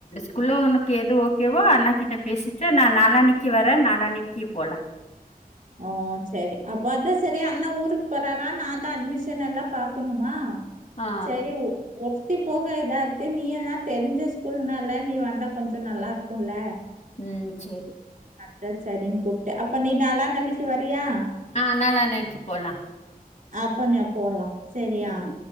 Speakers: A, on the left; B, on the right.
A: அதுள்ள ஏது ஓ ஏவ்ஓ அண்ணா கிட்ட பேசிட்டு நா நாளானைக்கி கி வர நாளானைக்கி போலா
B: ஆ சேரி அப்போ அது செரி அண்ண ஊருக்கு போறாரா நா தா அட்மிஷன் எல்லா பாக்கணுமா
A: ஆ
B: சரி உ ஒத்தி போக இதா இருக்கு நீ எல்லா தெரிஞ்ச ஸ்கூல்னால நீ வந்தா கொஞ்சோ நல்லா இருக்கும்ல
A: ம் சேரி
B: அதா சரின் கூப்ட்டே அப்ப நீனால நாளிக்கி வரியா
A: ஆ நாளானைக்கி போலா
B: அப்பனா போலா செரியா
A: ம்